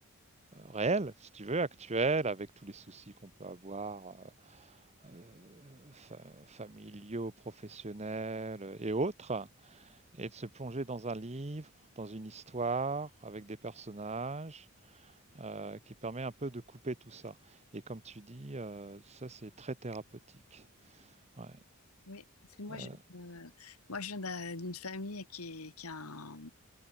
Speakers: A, on the right; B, on the left.
A: réel, si tu veux, actuel, avec tous les soucis qu'on peut avoir, euh, euh, fa- familiaux, professionnels et autres. et de se plonger dans un livre, dans une histoire, avec des personnages, euh, qui permet un peu de couper tout ça. Et comme tu dis, euh, ça c'est très thérapeutique. Ouais.
B: Oui, parce que moi
A: Euh,
B: je, euh, moi, je viens d'un- d'une famille qui, est- qui a un,